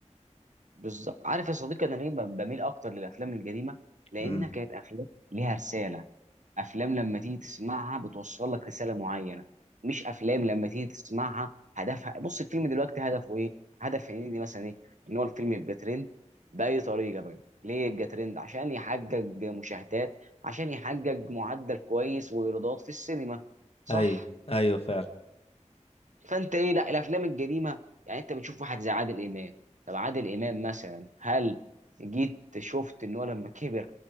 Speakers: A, on the right; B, on the left.
A: بالظبط عارف يا صديقي انا ليه ب- بميل اكتر للافلام القديمه لانها
B: امم
A: كانت افلام ليها رساله افلام لما تيجي تسمعها بتوصل لك رساله معينه مش افلام لما تيجي تسمعها هدفها بص الفيلم دلوقتي هدفه ايه هدف هنيدي مثلا ايه ان هو الفيلم يبقى ترند باي طريقه بقى ليه يبقى ترند عشان يحقق مشاهدات عشان يحقق معدل كويس وايرادات في السينما صح
B: ايوه ايوه فعلا
A: فانت ايه لا الافلام القديمه يعني انت بتشوف واحد زي عادل امام طب عادل امام مثلا هل جيت شفت ان هو لما كبر